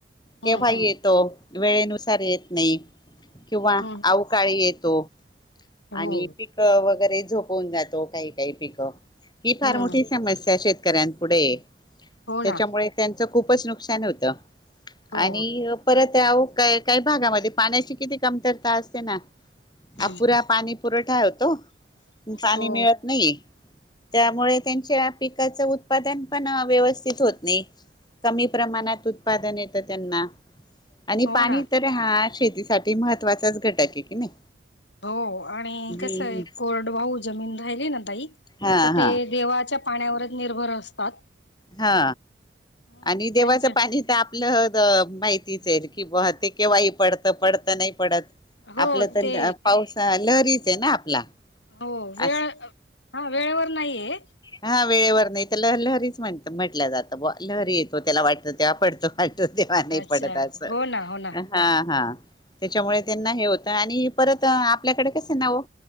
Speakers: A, on the left; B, on the left.
A: हम्म
B: केव्हा येतो
A: हम्म
B: वेळेनुसार येत नाही. किंवा
A: हम्म
B: अवकाळी येतो.
A: हो
B: आणि पिकं वगैरे झोपवून जातो काही काही पिकं ही फार
A: हम्म
B: मोठी समस्या शेत शेतकऱ्यांपुढे
A: हो
B: त्याच्यामुळे
A: ना
B: त्यांचं खूपच नुकसान होतं. आणि
A: हो
B: परत का काही भागामध्ये पाण्याची किती कमतरता असते ना.
A: हम्म
B: अपुरा पाणी पुरवठा होतो पाणी
A: हो
B: मिळत नाही. त्यामुळे त्यांच्या पिकाच उत्पादन पण व्यवस्थित होत नाही. कमी प्रमाणात उत्पादन येतं त्यांना, आणि
A: हो
B: पाणी
A: ना
B: तर हा शेतीसाठी महत्त्वाचाच घटक आहे की नाही.
A: हो आणि
B: हम्म
A: कस आहे कोरड वाहू जमीन राहिली ना ताई,
B: हा
A: तर
B: हा
A: ते देवाच्या पाण्यावरच निर्भर असतात.
B: हा
A: हम्म
B: आणि देवाचं
A: त्यांचे
B: पाणी तर आपलं माहित. क ते केव्हा पडत पडत नाही पडत,
A: हो
B: आपलं तर
A: ते
B: पासा लहरीच आहे ना आपला.
A: हो वेळ
B: अस
A: हा वेळेवर नाहीये.
B: हा वेळेवर नाही तर ल लहरीच म्हणत म्हटल्या जातं लहरी येतो त्याला वाटत तेव्हा पडतो. तेव्हा नाही
A: अच्छा
B: पडत अस
A: हो ना हो ना
B: हा हा, त्याच्यामुळे त्यांना हे होतं आणि परत आपल्याकडे कसं आहे ना ओ.